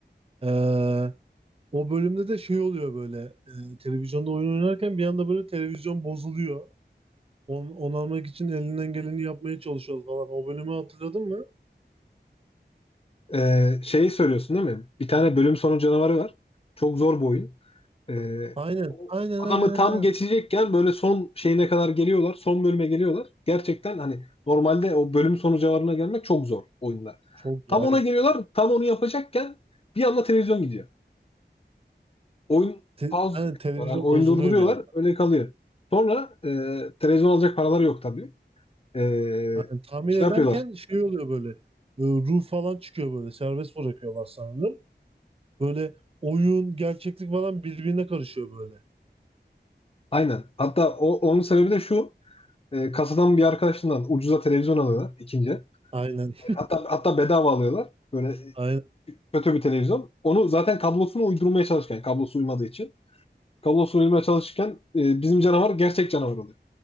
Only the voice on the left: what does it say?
E, şeyi söylüyorsun değil mi? Bir tane bölüm sonu canavarı var. Çok zor bu oyun. E,
o
adamı
tam
geçecekken böyle son şeyine kadar geliyorlar. Son bölüme geliyorlar. Gerçekten hani normalde o bölüm sonu canavarına gelmek çok zor oyunda.
Tam ona
geliyorlar. Tam onu yapacakken bir anda televizyon gidiyor. oyun
pause
yapıyorlar.
Yani oyunu
durduruyorlar.
Öyle kalıyor. Sonra e, televizyon alacak paraları yok tabii. E,
şey
yapıyorlar.
Aynen. Hatta o, onun sebebi de şu. e, kasadan bir arkadaşından ucuza televizyon alıyorlar ikinci. E,
Hatta hatta bedava alıyorlar. Böyle
kötü bir televizyon. Onu zaten kablosunu uydurmaya çalışırken, kablosu uymadığı için. Kablosunu uydurmaya çalışırken e, bizim canavar gerçek canavar oluyor.